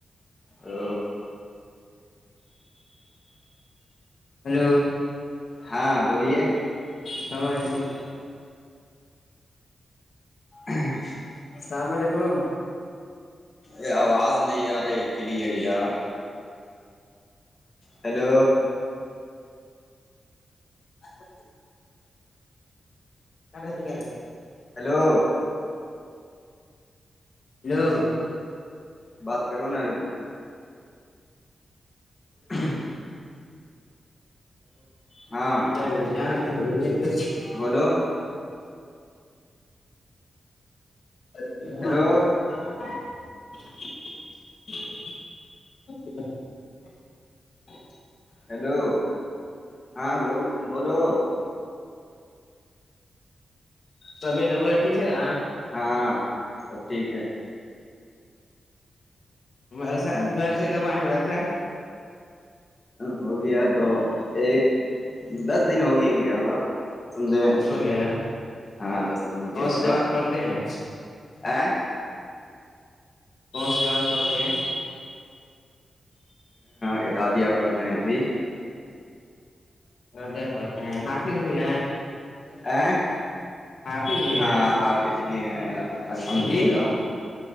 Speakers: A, on the left; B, on the left.
A: او
B: ہلو
A: ہاں بولیے
B: اللام علیکم
A: اچ
B: السلام علیکم
A: ا آواز نہیں آ رہی ہے کلیئر یار ہیلو
B: آپ کڈتی کیا رہ
A: ہیلو
B: ہیلو
A: بات کرو نا ھںں ہاں
B: گب
A: بولو
B: ھھ
A: ہیلو
B: ھ
A: ہیلو ہاں بول بولو
B: طبیعت ہو وہ ٹھیک ہے نا
A: ہاں سب ٹھیک ہے
B: مدرسہ
A: ہ
B: گھر سے کب آئے مدرسہ
A: ہو گیا دو ایک دس دن ہو گیا گ ہوا سمھے
B: دو دن ہو گیا
A: ہاں دس دن ہو
B: کون
A: گیا ہوگا
B: سی جماعت پڑھتے ہیں
A: آ
B: کون سے جماز پڑنتے ہیں
A: یہ دادیاں پڑھ رہے ہیں ابھی
B: اور دیک پہچ ہیں حافظ بھی ہیں
A: ا
B: حافظ بھی
A: ہاں
B: ہیں
A: حافظ بھی ہیں الحمد
B: جی
A: للہ